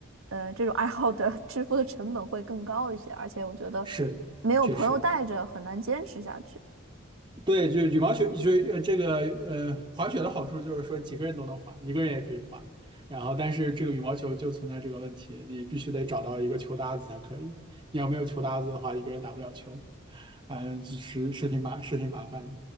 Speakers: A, on the right; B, on the right.
A: 呃这种爱好的 <laughs> 支付的成本会更高一些，而且我觉得
B: 是，
A: 没有朋友带着很难坚持下去。
B: 确实。对，就羽毛球，就呃这个呃滑雪的好处就是说几个人都能滑，一个人也可以滑。然后，但是这个羽毛球就存在这个问题，你必须得找到一个球搭子才可以。你要没有球搭子的话，一个人打不了球。嗯，是是挺麻是挺麻烦的。